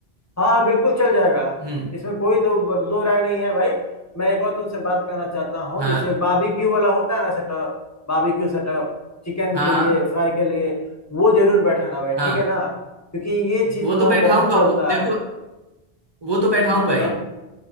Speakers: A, on the left; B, on the right.
A: हाँ बिल्कुल चल जाएगा
B: हम्म
A: इसमें कोई दो दो राय नहीं है भाई मैं एक और तुमसे बात करना चाहता हूँ
B: हाँ
A: जैसे बाबीक्यू वाला होता है ना सेटअप बाबीक्यू सेटअप चिकन
B: हाँ
A: के लिए
B: हाँ
A: फ्राई के लिए वो जरूर बैठाना भाई ठीक
B: हाँ
A: है ना क्योंकि ये चीज
B: वो
A: ना
B: तो
A: बहुत
B: बैठाऊंगा
A: चलता
B: वो देखो
A: है
B: वो तो बैठाऊंगा
A: हाँ बताओ
B: ही